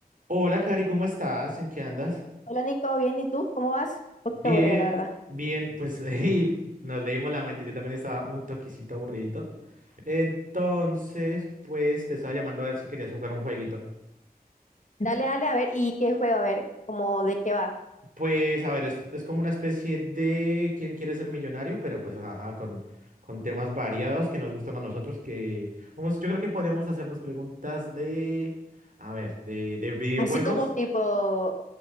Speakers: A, on the right (about 55°); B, on the left (about 50°).
A: Hola, Cari, ¿cómo estás? ¿En qué andas?
B: Hola Nico, bien, ¿y tú? ¿Cómo vas? Un
A: Bien,
B: poquito aburrida, la verdad.
A: bien, pues <laughs> hey, nos leímos la mente, yo también estaba un toquecito aburrido. Entonces, pues te estaba llamando a ver si querías jugar un jueguito.
B: Dale, dale, a ver, ¿y qué juego? A ver, como de qué va.
A: Pues a ver, es, es como una especie de ¿Quién quiere ser millonario? Pero pues ajá, con, con temas variados que nos gustan a nosotros, que vamos, yo creo que podríamos hacernos preguntas de, a ver, de, de videojuegos.
B: Así como tipo,